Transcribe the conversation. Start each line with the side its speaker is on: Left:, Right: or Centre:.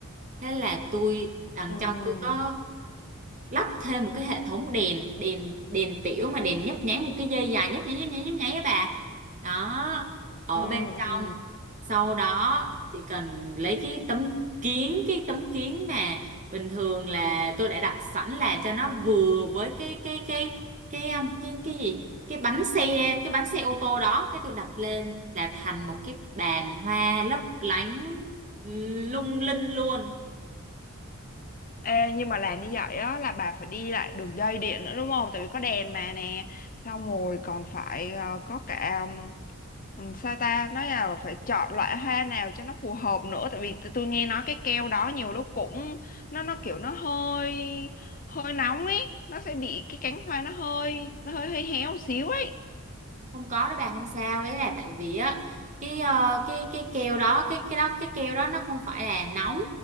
Right: thế là tôi đằng
Left: ừ
Right: trong tôi có lắp thêm một cái hệ thống đèn đèn đèn tiểu mà đèn nhấp nháy một cái dây dài nhấp nháy nhấp nháy nhấp nháy á bà đó ở
Left: ừ
Right: bên trong
Left: ừ
Right: sau đó chỉ cần lấy cái tấm kiến cái tấm kiến mà bình thường là tôi đã đặt sẵn là cho nó vừa với cái cái cái cái um, cái cái gì cái bánh xe cái bánh xe ô tô đó cái tôi đặt lên là thành một cái bàn hoa lấp lánh lung linh luôn
Left: Ê, nhưng mà làm như vậy á là bà phải đi lại đường dây điện nữa đúng không? Tại vì có đèn mà nè, xong rồi còn phải ờ, có cả ừm, ừm, sao ta nói là phải chọn loại hoa nào cho nó phù hợp nữa. Tại vì t- tôi nghe nói cái keo đó nhiều lúc cũng nó nó kiểu nó hơi hơi nóng ấy, nó sẽ bị cái cánh hoa nó hơi nó hơi hơi héo xíu ấy.
Right: không có đó bà không sao ấy là tại vì á cái ờ, cái cái keo đó cái cái đó cái keo đó nó không phải là nóng